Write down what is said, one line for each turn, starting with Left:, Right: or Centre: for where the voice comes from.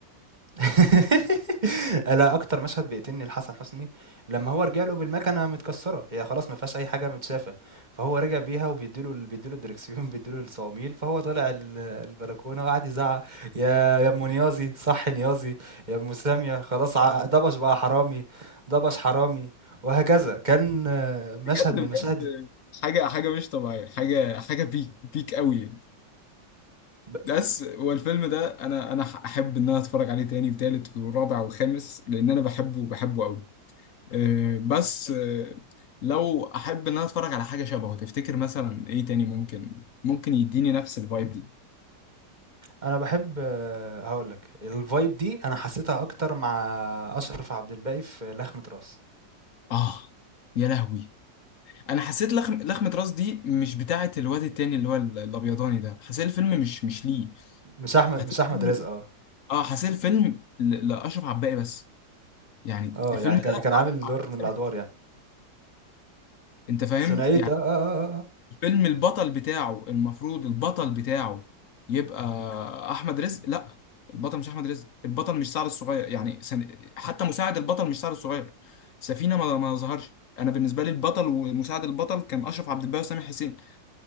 Right: <laughs> أنا أكتر مشهد بيقتلني لحسن حسني لمّا هو رجع له بالمكنة متكسّرة، هي خلاص ما فيهاش أي حاجة متشافة، فهو رجع بيها وبيدّي له ال بيدّي له الدركسيون، بيدّي له <laughs> الصواميل، فهو طلع ال البلكونة وقعد يزعّق، "يا يا أم نيازي، صحّي نيازي، يا أم سامية خلاص ع دبش بقى حرامي، دبش حرامي." وهكذا، كان آه، مشهد
Left: بجد
Right: من المشاهد
Left: بجد حاجة حاجة مش طبيعية حاجة حاجة بيك بيك قوي يعني.
Right: ب
Left: بس والفيلم ده انا انا احب ان انا اتفرج عليه تاني وتالت ورابع وخامس لان انا بحبه بحبه قوي آه، بس آه، لو احب ان انا اتفرج على حاجه شبهه تفتكر مثلا ايه تاني ممكن ممكن يديني نفس الفايب دي
Right: أنا باحب هاقول لك الvibe دي أنا حسّيتها أكتر مع أشرف عبد الباقي في لخمة راس.
Left: اه يا لهوي انا حسيت لخم لخمه راس دي مش بتاعه الواد التاني اللي هو ال- الابيضاني ده حسيت الفيلم مش مش ليه
Right: مش أحمد
Left: حسيت
Right: مش أحمد
Left: الفيلم
Right: رزق آه،
Left: اه حسيت الفيلم ل- لاشرف عباقي بس يعني
Right: آه،
Left: الفيلم
Right: يعني
Left: ده
Right: كان كان
Left: لاشرف
Right: عامل
Left: عباقي
Right: دور من الأدوار
Left: بس.
Right: يعني،
Left: انت فاهم
Right: ثنائية آه، آه، آه، آه،
Left: الفيلم البطل بتاعه المفروض البطل بتاعه يبقى احمد رزق لا البطل مش احمد رزق البطل مش سعد الصغير يعني سن... حتى مساعد البطل مش سعد الصغير سفينة ما, ما ظهرش انا بالنسبة لي البطل ومساعد البطل كان اشرف عبد الباقي وسامح حسين